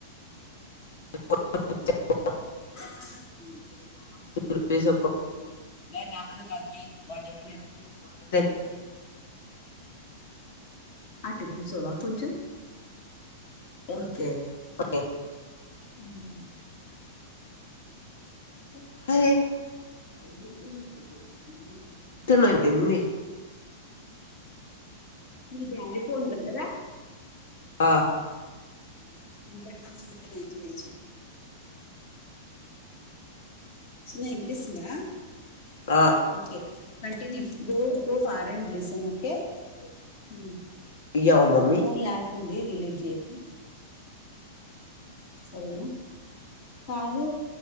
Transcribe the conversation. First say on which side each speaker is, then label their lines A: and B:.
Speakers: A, on the left; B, on the left.
A: <unintelligible>
B: మ్
A: నేను
B: <unintelligible> <unintelligible>
A: ఆ
B: అటుకూసోవా కొంచెం ఓకే
A: ఒకే
B: ఉమ్ <unintelligible>
A: అరే తున్నాయి ఎన్ని
B: మీ డెడీ ఫోన్ కదరా?
A: ఆ
B: <unintelligible> తున్నాయ్ చిన్నా చిన్నా వినిపిస్తుందా?
A: ఆ
B: okay continue go go far and listen okay మ్
A: ఇయ్యవా మమ్మీ
B: ఫోన్లొ యాప్ ఉంది డిలీట్ చేయకు సరేనా కాదు